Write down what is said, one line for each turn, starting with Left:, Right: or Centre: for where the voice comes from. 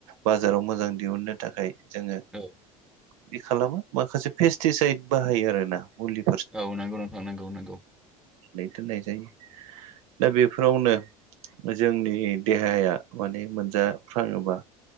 Right: बाजाराव मोजां दिहुननो थाखाय जोङो
Centre: औ
Right: बि खालामो माखासे पेस्टिसाइद बाहायो आरोना मुलि।
Centre: औ नोंगौ नोंथां नोंगौ नोंगौ।
Right: नै दोननाय जायो दा बेफोरावनो जोंनि देहाया माने मोनजाफ्राङोबा